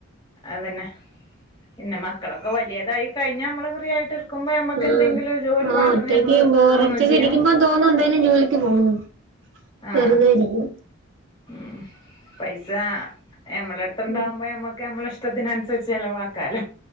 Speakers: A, on the left; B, on the right.
A: അതന്നെ പിന്നെ മക്കളൊക്കെ വല്ല്യ തായി കഴിഞ്ഞാ നമ്മള് ഫ്രീ ആയിട്ട്. ഇരിക്കുമ്പോ നമ്മക്ക്
B: ഉം
A: എന്തെങ്കിലും ഒരു ജോലി
B: ആഹ്
A: വേണംന്ന്
B: ഒറ്റക്ക്
A: നമ്മള്
B: ബോറടിച്ചൊക്കെ
A: തോന്നും ചെയ്യും
B: ഇരിക്കുമ്പം തോന്നും എന്തേലും ജോലിക്ക് പോണോന്ന്.
A: ആ
B: വെറുതെ ഇരിക്ക്യും.
A: ഉം പൈസ നമ്മള ട്ത്തുണ്ടാവുമ്പോ
B: ഉം
A: ഞമ്മക്ക് അമ്മള ഇഷ്ടത്തിനനുസരിച്ച് ചെലവാ കാല